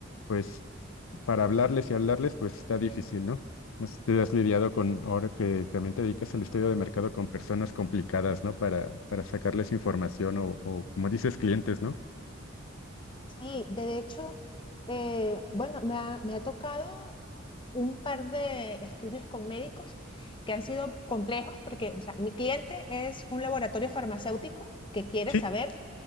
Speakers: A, on the left; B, on the left.
A: pues para hablarles y hablarles, pues está difícil, ¿no? No sé si te has lidiado con, ahora que también te dedicas al estudio de mercado, con personas complicadas, ¿no? Para, para sacarles información o, o, como dices, clientes, ¿no?
B: Sí, de hecho, eh, bueno, me ha, me ha tocado un par de estudios con médicos que han sido complejos porque o sea, mi cliente es un laboratorio farmacéutico que quiere
A: Sí,
B: saber